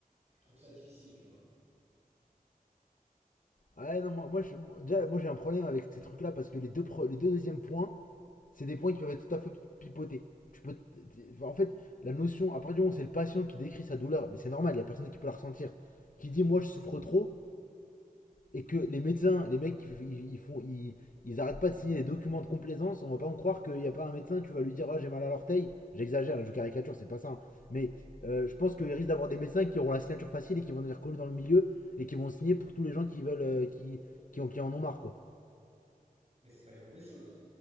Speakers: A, on the right (about 45°); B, on the left (about 60°).
A: je trouve ça difficile, tu vois.
B: Ah ouais, non, moi, moi, je- moi- déjà, moi, j'ai un problème avec ces trucs-là parce que les deux, pro- les deux deuxièmes points, c'est des points qui peuvent être tout à fait pipotés. Tu peux, t- t- enfin, en fait, la notion, à partir du moment où c'est le patient qui décrit sa douleur, mais c'est normal, il n'y a personne qui peut la ressentir, qui dit, moi, je souffre trop, et que les médecins, les mecs, ils, ils font, ils, ils arrêtent pas de signer des documents de complaisance, on va pas en croire qu'il n'y a pas un médecin, tu vas lui dire ah, j'ai mal à l'orteil. J'exagère, je caricature, c'est pas ça. hein. Mais euh, je pense qu'il risque d'avoir des médecins qui auront la signature facile et qui vont venir coller dans le milieu et qui vont signer pour tous les gens qui veulent, euh, qui, qui, ont qui en ont marre, quoi.
A: Mais c'est pas une mauvaise chose.